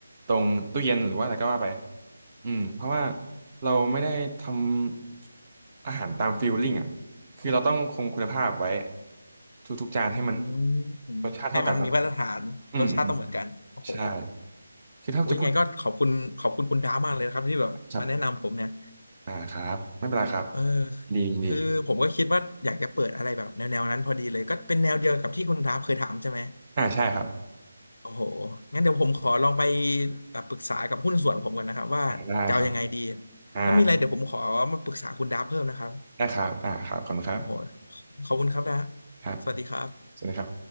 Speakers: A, on the right; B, on the left.
A: ตรงตู้เย็นหรือว่าอะไรก็ว่าไปอืมเพราะว่าเราไม่ได้ทำอาหารตามฟีลลิ่งอ่ะคือเราต้องคงคุณภาพไว้ทุกๆจานให้มัน
B: อืม
A: รสชาติเท่ากันนะ
B: ให้มันมีมาตรฐานรสชาติต้องเหมือนกันโอ้โห
A: อืมอืมใช่ คือถ้าจะพูด
B: โอ้ยยังไงก็ขอบคุณขอบคุณคุณดาวมากเลยนะครับที่แบบมาแนะนำผมเนี่ย
A: ครับอ่าครับไม่เป็นไรครับ
B: เออ
A: ยินดียินดี
B: คือผมก็คิดว่าอยากจะเปิดอะไรแบบแนวแนวนั้นพอดีเลยก็เป็นแนวเดียวกับที่คุณดาวเคยถามใช่ไหม
A: อ่าใช่ครับ
B: โอ้โหงั้นเดี๋ยวผมขอลองไปเอ่อปรึกษากับหุ้นส่วนผมก่อนนะครับว่าจะเอายังไงดี
A: อ่าได้ครับอ่า
B: ถ้ามีอะไรเดี๋ยวผมขอมาปรึกษาคุณดาวเพิ่มนะครับ
A: ได้ครับอ่าครับขอบคุณครับ
B: โอ้โหขอบคุณครับดาว
A: ครับ
B: สวัสดีครับ
A: ใช่ไหมครับ